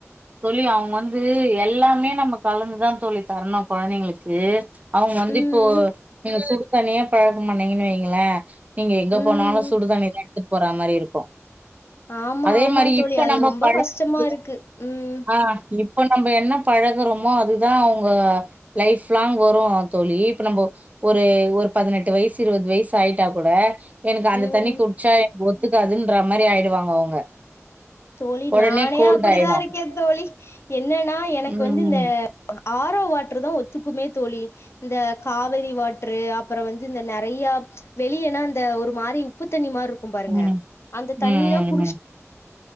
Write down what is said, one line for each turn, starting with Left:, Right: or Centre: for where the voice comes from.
Right: தோழி அவுங்க வந்து எல்லாமே நமக் கலந்துதா தோழி தரணு கொழந்தைங்களுக்கு அவுங்க வந்து
Left: ம்
Right: இப்போ நீங்க சுடு தண்ணியே பழக்கம் பண்ணீங்கன் வெய்ங்களே நீங்க எங்க
Left: ம்
Right: போனாலு சுடுதண்ணிதா எடுத்துட்டு போற மாரி இருக்கு
Left: ஆமா
Right: அதே
Left: ஆமா
Right: மாரி
Left: தோழி
Right: இப்ப
Left: அது
Right: நம்ம
Left: ரொம்ப
Right: பழக்கறது
Left: கஷ்டமா
Right: தா
Left: இருக்கு ம்
Right: ஆ தோழி இப்ப நம்ப என்ன பழகுறோமோ அதுதா அவுங்க லைஃப் லாங் வரு தோழி இப்ப நம்போ ஒரு ஒரு பதினெட்டு வயசு இருவது வயசு ஆயிட்டா கூட எனக்கு அந்த
Left: ம்
Right: தண்ணி குடிச்சா எனக்கு ஒத்துக்காதுன்ற மாரி ஆயிடுவாங்க அவுங்க
Left: தோழி
Right: உடனே
Left: நானே
Right: கோல்ட்
Left: அப்டிதா
Right: ஆயிடும்.
Left: இருக்க தோழி என்னனா எனக்கு
Right: ம், ம்,
Left: வந்து இந்த ஆரோ வாட்டரு தா ஒத்துக்குமே தோழி இந்த காவேரி வாட்ரு அப்ற வந்து இந்த நெறயா வெளியனா இந்த ஒரு மாரி உப்பு தண்ணி மாரி இருக்கு பாருங்க
Right: ம்,
Left: அந்த
Right: ம்,
Left: தண்ணினா குடிச்